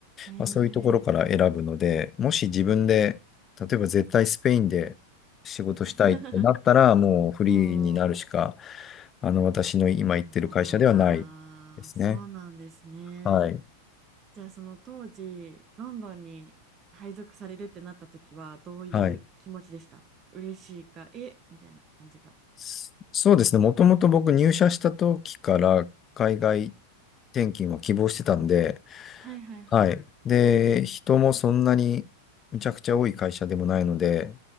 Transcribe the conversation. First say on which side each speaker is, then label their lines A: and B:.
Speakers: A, on the right (about 25°); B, on the left (about 25°).
A: い。へ
B: まあ、そういうところから選ぶので、
A: え。
B: もし自分で、例えば絶対スペインで仕事したいってなったら、
A: <laughs>
B: もうフリーになるしか、
A: うん。
B: あの、私の今行ってる会社ではないですね。
A: ああ、そうなんですね。
B: はい。
A: じゃあその当時、ロンドンに配属されるってなった時は、どういう気持ちでした嬉しいか、
B: はい。
A: えみたいな感じか。
B: そそうですね。もともと僕入社した時から海外転勤は希望してたんで、
A: はいはいはい。
B: はい。で、人もそんなにむちゃくちゃ多い会社でもないので、